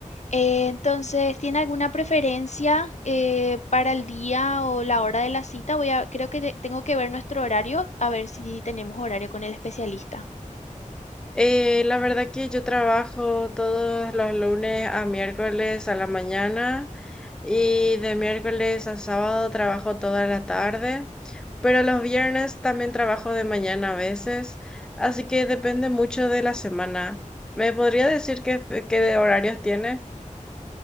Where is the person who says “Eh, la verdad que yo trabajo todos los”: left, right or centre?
Centre